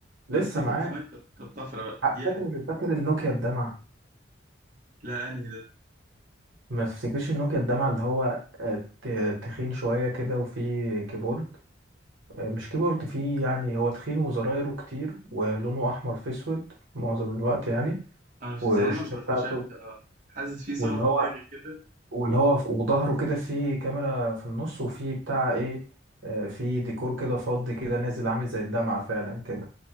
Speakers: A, on the right (about 80°); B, on the right (about 45°).
A: لسه
B: بس دي
A: معايا
B: كانت زمان كانت كانت طفرة بقى دي يعني
A: فاكر فاكر النوكيا الدمعه
B: لا أنهي ده
A: ما تفتكرش النوكيا الدمع اللي هو آه، ت- تخين شوية كده وفيه كيبورد آه، مش كيبورد فيه يعني هو تخين وزرايره كتير ولونه أحمر في أسود معظم الوقت يعني
B: أنا في
A: و-
B: تقريبا
A: والشاشة
B: ب-
A: بتاعته
B: بشبه آه حاسس في صورة
A: واللي
B: في
A: هو
B: دماغي كده
A: واللي هو وظهره كده فيه كاميرا في النص وفيه بتاع إيه آه، فيه ديكور كده فضي كده نازل عامل زي الدمعة فعلا كده